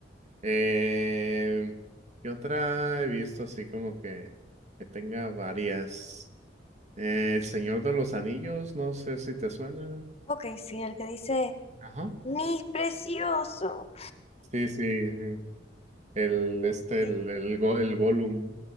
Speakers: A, on the right; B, on the left.
A: Eh, ¿qué otra he visto así como que, que tenga varias? Eh, El Señor de los Anillos, no sé si te suena.
B: Ok, sí, el que dice,
A: Ajá.
B: mi precioso.
A: Sí, sí, sí. El, este,
B: Sí,
A: el, el, Go- el Gollum.